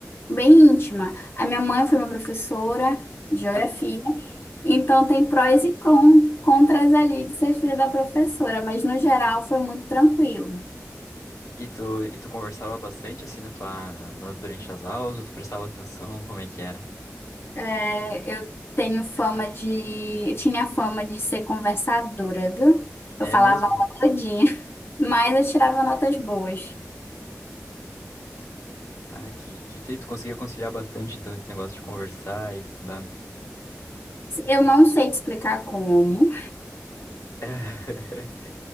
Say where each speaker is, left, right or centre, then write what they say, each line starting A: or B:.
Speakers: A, on the left; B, on the left.
A: bem íntima. A minha mãe foi minha professora de geografia.
B: Ah,
A: Então tem prós e con- contras ali de ser filha da professora, mas no geral foi muito tranquilo.
B: e tu, e tu conversava bastante assim na tua, na- nas, durante as aulas, ou tu prestava atenção, como é que era?
A: É, eu tenho fama de, eu tinha fama de ser conversadora, viu?
B: É
A: Eu falava
B: mesmo?
A: a aula todinha, <laughs> mas eu tirava notas boas.
B: Ah, que, que tri, tu conseguia conciliar bastante então esse negócio de conversar e estudar.
A: Eu não sei te explicar como,
B: <laughs>